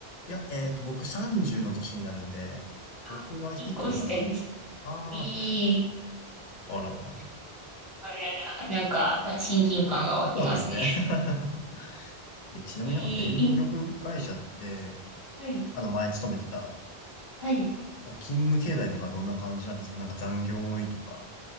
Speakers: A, on the left (about 55°); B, on the left (about 20°).
A: いや、えっと、僕30の年になるんで、
B: あ、
A: 僕が1個上なんかな
B: 1個下です。
A: ああ
B: ええ
A: あらら。
B: あいやいや、なんか、親近感が湧きますね。
A: そうですね。<laughs> え、ちなみになんか電力会社って、
B: いい、いはい、
A: あの、前勤めてた、
B: はい。
A: 勤務経済とかどんな感じなんですかなんか残業多いとか。